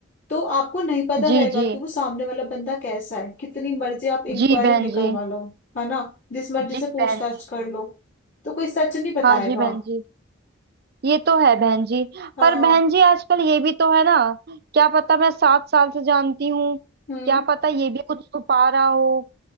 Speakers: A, on the left; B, on the right.
A: तो आपको नहीं पता
B: जी
A: रहेगा
B: जी
A: कि
B: जी
A: वो सामने वाला बंदा कैसा है कितनी मर्जी आप इंक्वायरी
B: जी बहन
A: निकलवा
B: जी
A: लो है ना जिस मर्जी
B: जी
A: से पूछताछ
B: बहन जी
A: कर लो तो कोई सच नहीं बताएगा
B: हाँ जी बहन जी ये तो है बहन जी
A: हाँ
B: पर बहन जी आजकल ये भी तो है ना क्या पता मैं सात साल से जानती हूँ
A: हम्म
B: क्या पता ये भी कुछ छुपा रहा हो